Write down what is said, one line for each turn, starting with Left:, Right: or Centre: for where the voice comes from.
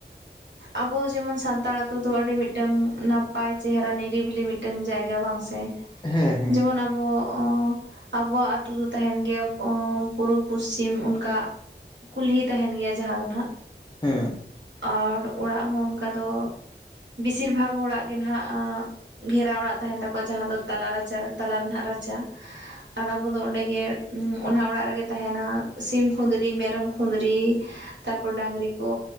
Right: ᱟᱵᱚ ᱡᱮᱢᱚᱱ ᱥᱟᱱᱛᱟᱲ ᱟᱹᱛᱩ ᱫᱚ ᱟᱹᱰᱤ ᱢᱤᱫ ᱢᱤᱫᱴᱟᱝ ᱱᱟᱯᱟᱭ ᱪᱮᱦᱮᱨᱟ ᱱᱤᱨᱤᱵᱤᱞᱤ ᱢᱤᱫᱴᱟᱝ ᱡᱟᱭᱜᱟ ᱵᱟᱝ ᱥᱮ,
Left: ᱦᱮᱸ
Right: ᱡᱮᱢᱚᱱ ᱟᱵᱚ ᱚᱻ ᱟᱵᱚᱣᱟᱜ ᱟᱛᱳ ᱫᱚ ᱛᱟᱦᱮᱱ ᱜᱮᱭᱟ ᱚᱻ ᱯᱩᱨᱩ ᱯᱚᱥᱪᱤᱢ ᱚᱱᱠᱟ ᱾ ᱠᱩᱞᱦᱤ ᱛᱟᱸᱦᱮᱱ ᱜᱮᱭᱟ ᱡᱟᱸᱦᱟ ᱫᱚ ᱱᱟᱜ
Left: ᱦᱮᱸ ᱾
Right: ᱟᱨ ᱚᱲᱟᱜ ᱦᱚᱸ ᱚᱝᱠᱟ ᱫᱚ ᱵᱤᱥᱤᱨ ᱵᱷᱟᱜᱽ ᱚᱲᱟᱜ ᱜᱮ ᱱᱟᱦᱟᱜ ᱜᱷᱮᱨᱟ ᱚᱲᱟᱜ ᱛᱟᱸᱦᱮᱱ ᱛᱟᱠᱚᱣᱟ ᱡᱟᱸᱦᱟ ᱫᱚ ᱛᱟᱞᱟ ᱨᱟᱪᱟ ᱛᱟᱞᱟ ᱨᱮᱱᱟᱜ ᱨᱟᱪᱟ ᱾ ᱟᱨ ᱟᱵᱚ ᱫᱚ ᱚᱸᱰᱮ ᱜᱮ ᱚᱱᱟ ᱚᱲᱟᱜ ᱨᱮᱜᱮ ᱛᱟᱸᱦᱮᱱᱟ ᱥᱤᱢ ᱠᱷᱩᱸᱫᱽᱲᱤ ᱢᱮᱨᱚᱢ ᱠᱷᱩᱸᱫᱽᱲᱤ ᱾ ᱛᱟᱨᱯᱚᱨ ᱰᱟᱝᱨᱤ ᱠᱚ